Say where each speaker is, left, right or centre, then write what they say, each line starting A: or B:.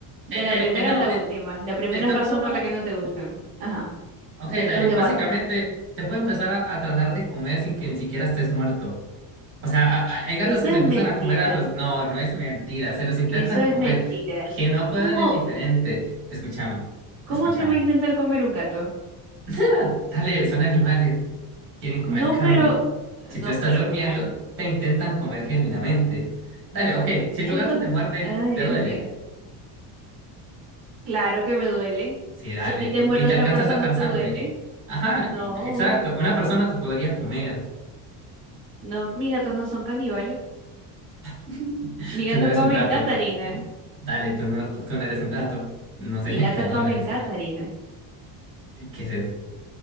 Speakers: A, on the right (about 50°); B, on the right (about 25°).
A: De
B: Eh,
A: la
B: eh,
A: primera
B: eh, no,
A: a la
B: eh,
A: última. La primera
B: el top
A: es razón
B: uno,
A: por la que no te gustan. Ajá.
B: ok,
A: Yo
B: dale.
A: te los debato.
B: Básicamente, te puede empezar a, a tratar de comer sin que ni siquiera estés muerto. O sea, a- a- hay gatos
A: Eso
B: que se
A: es
B: empiezan
A: mentira.
B: a comer a los... No, no es mentira, se los intentan
A: Eso es
B: comer.
A: mentira.
B: Que no
A: ¿Cómo,
B: puedan es diferente. Escúchame,
A: cómo
B: escúchame.
A: te va a intentar comer un gato?
B: <laughs> Dale, son animales. Quieren comer
A: No,
B: carne.
A: pero...
B: Si
A: No,
B: tú estás
A: pero...
B: durmiendo,
A: Ay,
B: te intentan comer genuinamente. Dale, ok. Si tu
A: ¿en
B: gato
A: dónde?
B: te muerde,
A: Ay,
B: te
A: Dios
B: duele.
A: mío. Claro que me duele.
B: Sí, dale.
A: Si a ti te
B: Y,
A: muerde
B: y te
A: otra
B: alcanza
A: persona,
B: a sacar
A: ¿te
B: sangre.
A: duele?
B: Ajá,
A: No.
B: y- exacto. Una persona te podría comer.
A: No, mis gatos no son caníbales.
B: <laughs>
A: Mis
B: Tú
A: gatos
B: no eres un
A: comen
B: gato.
A: gatarina.
B: Dale, tú no, tú no eres un gato. No serían
A: Mis gatos
B: caníbales.
A: comen gatarina.
B: ¿Qué es eso?